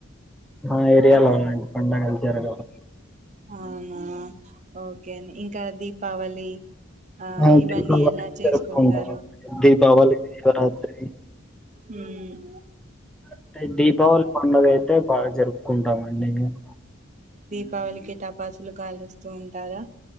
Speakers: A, in the centre; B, on the right (about 35°).
A: ఆ ఏరియాలో
B: ఇక్
A: అ పండగ చార్ కదా
B: అవునా ఓకే అండ్ ఇంకా దీపావళి ఆ
A: <unintelligible>
B: ఇవన్నీ ఎలా చేసుకుంటారు
A: దీపావళి శివరాత్రి
B: ఉమ్
A: అంటే దీపావళి పండుగ అయితే బాగా జరుగ్ కుంటామండి మేమ్
B: పవలికి టపాసులు కాలుస్తూ ఉంటారా